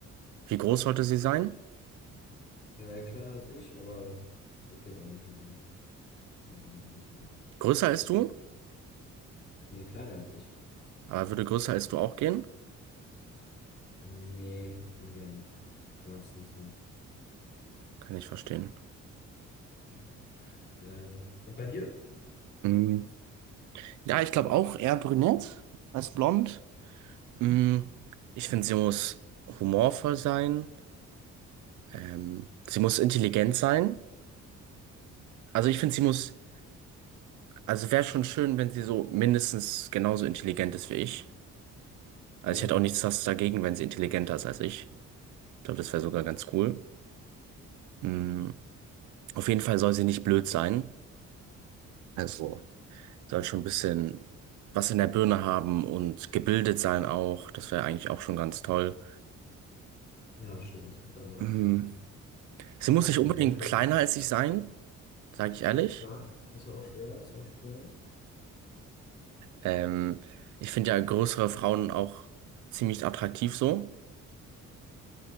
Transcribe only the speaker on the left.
Äh, kleiner als ich, aber juckt jetzt auch nicht, wenn sie, wenn sie ein bisschen.
Wenn
sie,
nee, kleiner als ich.
Nee, ungerne. Ich mag es nicht so.
Ja, genau. Ähm, Und bei dir?
ja,
ja, stimmt, das ist bei mir
auch ziemlich wichtig.
So,
wenn
ich merke,
ah, ist ja auch schwer, ist ja auch schwer.